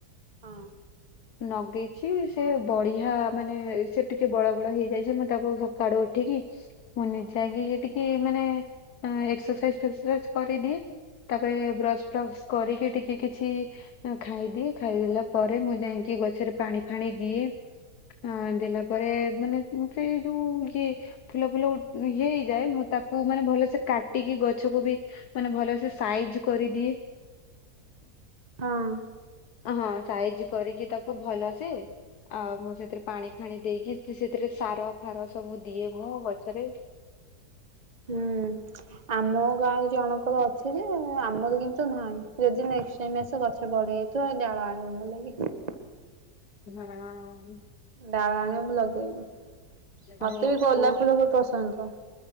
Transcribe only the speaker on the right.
ହଁ।
ହୁଁ।
ହୁଁ। ଆମ ଗାଁରେ ଜଣଙ୍କର ଅଛି ଯେ ଆମର କିନ୍ତୁ ନାହିଁ ଯଦି ନେକଷ୍ଟେ ତମର ସେଇ ଗଛ ବଢ଼ି ଯାଇଥିବ ଡ଼ାଳ ଆଣିବୁ ମୋଲାଗି
ଡାଳ ଆଣିବ ମୁଁ ଲଗେଇମି
ମତେ ବି ଗୋଲାପ
ଫୁଲ ପସନ୍ଦ।